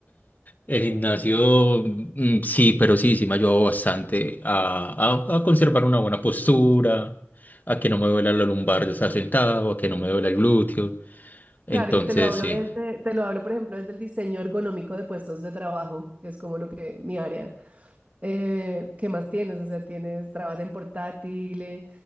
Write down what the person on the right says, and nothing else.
Claro,
y te lo hablo
desde, te lo hablo, por ejemplo, desde el diseño ergonómico de puestos de trabajo, que es como lo que mi área. Eh, ¿qué más tienes? O sea, tienes, trabajas en portátil, eh,